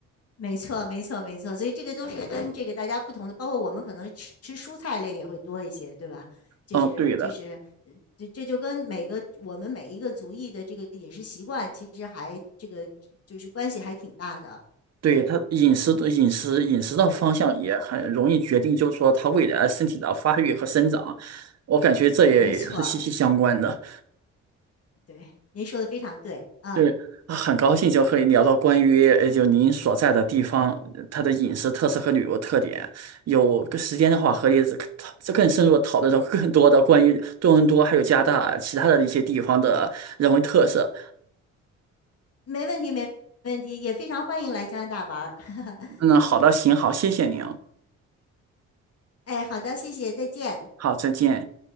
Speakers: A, on the left (about 50°); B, on the right (about 55°).
A: 没错没错没错，所以这个都是跟这个大家不同的，包括我们可能吃吃蔬菜类也会多一些，对吧？就是就是呃这这就跟每个我们每一个族裔的这个饮食习惯，
B: 嗯，对的，
A: 其实还这个就是关系还挺大的，
B: 对他饮食的饮食饮食的方向也很容易决定，
A: 对。
B: 就是说他未来身体的发育和生长，我感觉这也也是息息相关的。
A: 没错，对，您说的非常对，嗯，
B: 是啊，很高兴就可以聊到关于呃，就您所在的地方，呃它的饮食特色和旅游特点。有个时间的话，可以再讨再更深入地讨论到更多的关于多伦多还有加拿大其他的一些地方的人文特色。
A: 没问题，没问题，也非常欢迎来加拿大玩儿。<laughs>
B: 嗯，好的，行，好，谢谢您哦，
A: 哎，好的，谢谢，再见。
B: 好，再见。